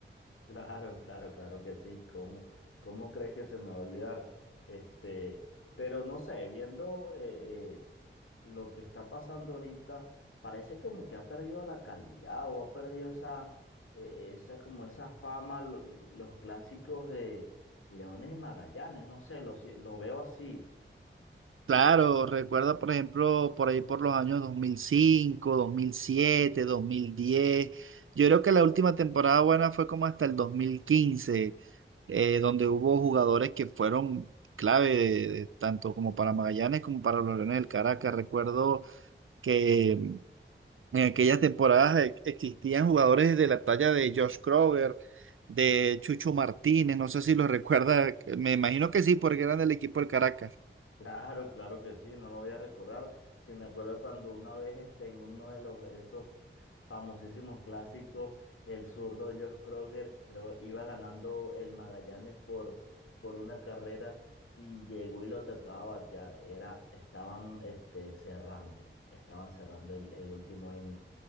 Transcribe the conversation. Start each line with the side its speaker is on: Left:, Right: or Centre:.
Left: Claro, claro, claro que sí. ¿Cómo, cómo crees que se me va a olvidar? Este, pero no sé, viendo eh, eh, lo que está pasando ahorita, parece como que ha perdido la calidad o ha perdido esa, eh, esa como esa fama, lo- los clásicos de Leones y Magallanes. No sé, lo, si- lo veo así.
Right: Claro, recuerda, por ejemplo, por ahí por los años 2005, 2007, 2010. Yo creo que la última temporada buena fue como hasta el 2015, eh, donde hubo jugadores que fueron clave, de- de- tanto como para Magallanes como para los Leones del Caracas. Recuerdo que en aquellas temporadas eh, existían jugadores de la talla de Josh Kroger, de Chucho Martínez, no sé si los recuerda, me imagino que sí, porque eran del equipo del Caracas.
Left: Claro, claro que sí, no lo voy a recordar. Sí, me acuerdo cuando una vez este, en uno de los esos famosísimos clásicos, el zurdo Josh Kroger, creo, iba ganando el Magallanes por, por una carrera y llegó y lo tocaba batear. Era, estaban este, cerrando, estaban cerrando el, el último inning.